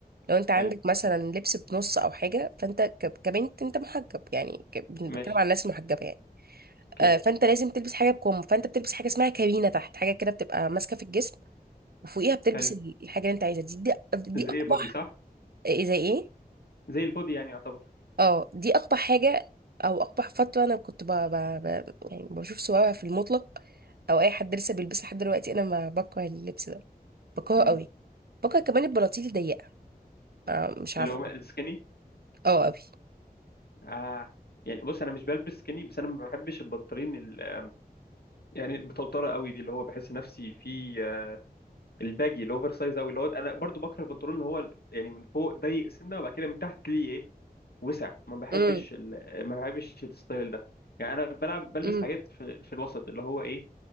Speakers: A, on the right; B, on the left.
A: لو انت عندك
B: حلو
A: مثلا لبس بنص او حاجه فانت ك- كبنت انت محجب يعني ك- بنتكلم
B: ماشي
A: عن الناس المحجبه يعني
B: اوكي
A: آه، فانت لازم تلبس حاجه بكم فانت بتلبس حاجه اسمها كابينه تحت حاجه كده بتبقى ماسكه في الجسم وفوقيها بتلبس
B: حلو
A: ال- الحاجه اللي انت عايزها دي دي, دي
B: زي
A: اقبح
B: بودي صح
A: إيه، زي ايه
B: زي البودي يعني يعتبر
A: اه دي اقبح حاجه او اقبح فتره انا كنت ب... ب... ب... يعني بشوف صورها في المطلق او اي حد لسه بيلبسها لحد دلوقتي انا ما بكره اللبس ده بكرهه
B: امم
A: قوي بكره كمان البناطيل الضيقه آه مش
B: اللي
A: عارفه
B: هو السكيني
A: اه قوي
B: آه يعني بص انا مش بلبس سkinny بس انا ما بحبش البنطلون ال- يعني المطلطره قوي دي اللي هو بحس نفسي في آه، الباجي الاوفر سايز قوي اللي هو انا برضو بكره البنطلون اللي هو ال- يعني من فوق ضيق سنه وبعد كده من تحت ليه ايه وسع ما بحبش
A: امم
B: ال... ما بحبش الستايل ده يعني انا بلعب بلبس
A: امم
B: حاجات في, في الوسط اللي هو ايه